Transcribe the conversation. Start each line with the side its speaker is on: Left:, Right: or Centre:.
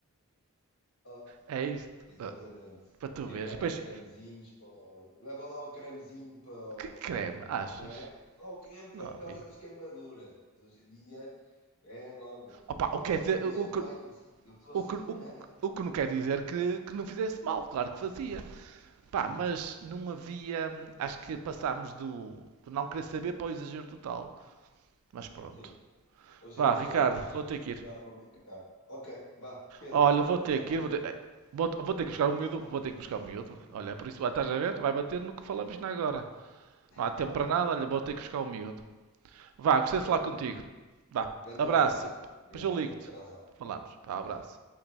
Left: Ah,
Right: É isto.
Left: exatamente.
Right: Ah, Para
Left: Não
Right: tu
Left: havia
Right: veres.
Left: cá
Right: E depois,
Left: nem cremezinhos para. o- Leva lá o cremezinho para.
Right: Que creme, achas?
Left: não é? Ao campo
Right: Não havia.
Left: por causa das queimaduras. Hoje em dia é logo aqui.
Right: Opa, o
Left: Não,
Right: que
Left: mas
Right: é dizer,
Left: eu digo, eu sou
Right: o, que-
Left: pai, eu sou eu sou assim.
Right: o, que-
Left: <laughs>
Right: o, que- o que não quer dizer que, que não fizesse mal, claro que fazia. Pá, mas não havia. hum, Acho que passámos do, do não querer saber para o exagero total. Mas pronto.
Left: Sim, hoje
Right: Vá,
Left: em dia
Right: Ricardo,
Left: já não deixa
Right: vou
Left: os
Right: ter
Left: filhos
Right: que ir.
Left: ir à rua brincar. Ok, vá, Pedro,
Right: Olha,
Left: gostei
Right: vou ter
Left: de falar
Right: que
Left: contigo.
Right: ir, vou ter. eh, Vou, vou ter que buscar o miúdo, vou ter que buscar o miúdo. Olha, por isso, ah, estás a ver? Vai bater no que falamos na agora.
Left: <laughs>
Right: Não há tempo para nada, olha, vou ter que buscar o miúdo. Vá, gostei
Left: Então
Right: de falar
Left: vá,
Right: contigo. Vá,
Left: grande
Right: abraço.
Left: abraço, meu. Obrigado.
Right: Depois eu ligo-te.
Left: Tchau, tchau.
Right: Falamos. Vá,
Left: Ok.
Right: abraço.